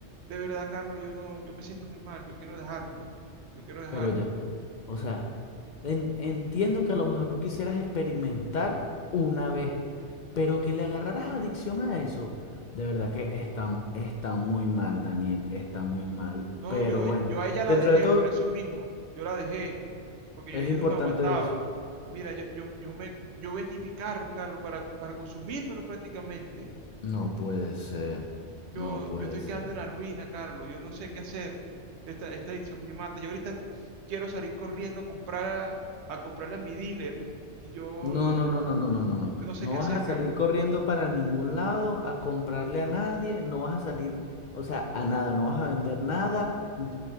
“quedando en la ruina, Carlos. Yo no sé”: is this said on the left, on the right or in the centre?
Right